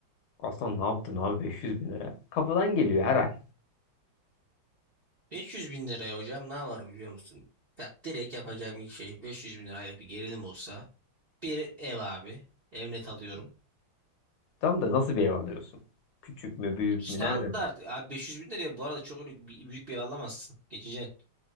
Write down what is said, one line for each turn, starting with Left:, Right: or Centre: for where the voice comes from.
Left: Aslan ne yaptın abi 500 bin lira? Kafadan geliyor her ay.
Right: 500 bin liraya hocam ne var biliyor musun? Bak direkt yapacağım ilk şey 500 bin lirayla bir gerilim olsa bir ev abi. Ev net alıyorum.
Left: Tam da nasıl bir ev alıyorsun? Küçük mü büyük
Right: Standart.
Left: mü nereden?
Right: Abi 500 bin liraya bu arada çok öyle bir- büyük bir ev alamazsın. Geçeceksin.